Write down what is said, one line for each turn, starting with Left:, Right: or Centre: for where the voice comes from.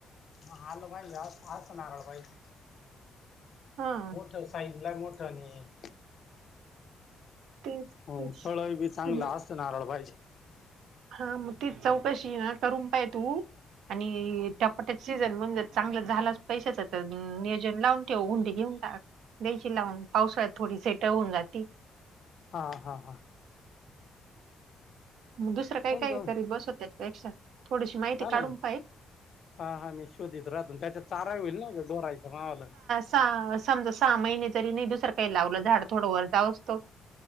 Left: हा आलो बाहेर जाऊन आज नारळ पाहिजे.
Right: हा
Left: तो साईज ला मोठं आणि
Right: तेच
Left: हो
Right: तेच
Left: फळ बीच चांगला
Right: आणि-
Left: असत नारळ पाहिजे.
Right: हा मग तीच चौकशी ना करून पाय तू आणि टप पटट सीजन म्हण जर चांगलं झाला पैशाच तर नियोजन लावून. ते उंडी घेऊन टाक द्यायची लावून पावसाळ थडी सेटळ होऊन जाते.
Left: हा हा हा.
Right: मग दुसरं काय
Left: होऊन
Right: काय
Left: जाऊन
Right: करीत बसत त्याचपेक्षा थोडीशी माहिती
Left: हा ना
Right: काढून
Left: मग
Right: पाय
Left: हा हा मी शोधत राहतून त्याच्या चारा होईल ना ग डोरायच्या मावाला
Right: चा समजा सहा महिने जरी नाही दुसरं काही लावलं झाड थोडं वर जाव असतो.